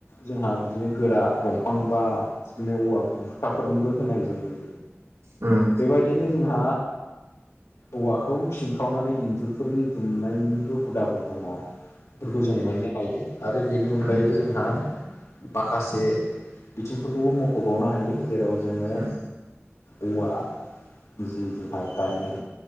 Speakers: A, on the left (about 90°); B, on the right (about 80°).
A: जोंहा बिदिनो गोरा दंफां बा बिदिनो औवा बुरखाफोरनिबो होनाय जोङो।
B: उम।
A: बेबादिनो जोंहा औवाखौ सिंखावनानै इन्जुर बे फोरनि दुमनायनिबो हुदाफोर दङ बेफोरखौ जों मोननो हायो। आरो बेनि अनगायैबो
B: उम
A: जोंहा माखासे बिथिंफोरखौबो मख'बावनो हायो। जेराव जोङो
B: उम
A: औवा जि जोंहा गायनाय